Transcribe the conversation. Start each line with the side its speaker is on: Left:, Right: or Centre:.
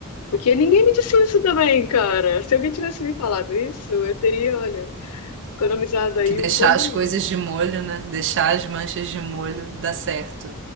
Left: Porque ninguém me disse isso também, cara. Se alguém tivesse me falado isso, eu teria, olha, economizado aí
Right: Que deixar
Left: um bom dinheiro.
Right: as coisas de molho, né? Deixar as manchas de molho dá certo.